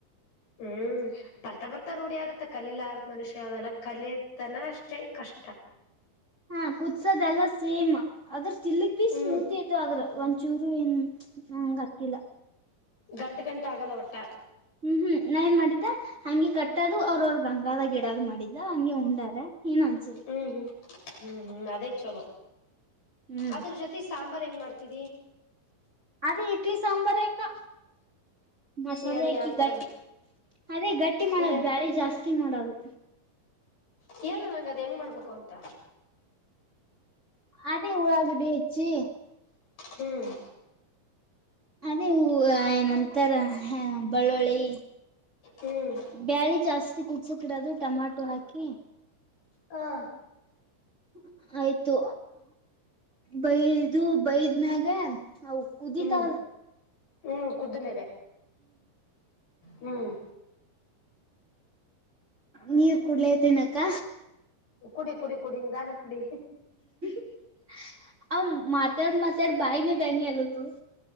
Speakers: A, on the left; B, on the right.
A: ಹ್ಮ್ ಬರ್ತಾ ಬರ್ತಾ ರೂಢಿ ಆಗತ್ತ ಕಲಲಾರ ಮನುಷ್ಯ ಯಾವ್ದಲ್ಲ ಕಲತನ ಅಷ್ಟೇ ಕಷ್ಟ
B: ಹಾ ಕುದಸದೆ ಎಲ್ಲ ಸೇಮ್ ಅದ್ರ ಸ್ಟಿಲ್ಕ್ ಬಿ
A: ಹ್ಮ್
B: ಸ್ಮೂತಿ ಐತ ಆ್ರ ಒಂಚೂರು ಏನ್ ನಂಗತ್ತಿಲ್ಲ
A: ಗಂಟ ಗಂಟ ಆಗಲ್ಲ ಒಟ್ಟ
B: ಹ್ಮ್ ಹ್ಮ್ ನಾ ಏನ್ ಮಾಡಿದ್ದ ಹಂಗೆ ಕಟ್ಟದು ಅವ್ರ ಅವ್ರ ಗಂಗಾದ ಗಿಡದ ಮಾಡಿದ್ದ ಹಂಗೆ ಉಂಡಾರ ಏನುಂಸಿಲ್ಲ
A: ಹ್ಮ್ ಹ್ಮ್ ಹ್ಮ್ ಹ್ಮ್ ಅದೇ ಚಲೋ
B: ಹ್ಮ್
A: ಅದ್ರ ಜೊತೆ ಸಾಂಬಾರ್ು ಹೆಂಗ್ ಮಾಡ್ತ ತಿದಿ
B: ಅದೇ ಇಡ್ಲಿ ಸಾಂಬಾರ ಕ ಮಸಾಲೆ
A: ಹೇಳು
B: ಹಾಕಿ
A: ಯಾವ್ತರ
B: ಗಟ್ಟಿ ಅದೇ ಗಟ್ಟಿ ಮಾಡೋದು
A: ಹೇಳ
B: ಬಳೆ ಜಾಸ್ತಿ ಮಾಡದು
A: ಹೇಳ ನಂಗ ಅದ್ ಹೆಂಗ್ ಮಾಡ್ಬೇಕು ಅಂತ
B: ಅೇ ಉಳ್ ಗ ಬಚು
A: ಹ್ಮ್
B: ಅದೇವು ಏನಂತರ ಬೆಳ್ಳುಳ್ಳಿ
A: ಹ್ಮ್
B: ಬೆಳೆ ಜಾಸ್ತಿ ಕುುದಸಕಿಡೋದು ಟೊಮಾಟೊ ಹಾಕಿ
A: ಹಾ
B: <inaudible> ಆಯ್ತು ಬೈದು ಬೈದ್ಮ್ಯಾಗ ಕುದಿತವ
A: ಹ್ಮ್ ಹ್ಮ್ ಕುದ್ದು ಮೇಲೆ ಹ್ಮ್
B: ನೀರ್ ಕುೂಡ್ಲೇದಿನಕ್ಕ
A: ಕುಡಿ ಕುಡಿ ಕುಡಿ ನಿಧಾನಕ್ಕೆ ಕುಡಿ
B: <inaudible> ಆ ಮಾತಾಡ್ ಮಾತಾಡ್ ಬಾಯಿನೆ ಬ್ಯಾನೀ ಅಧಾತು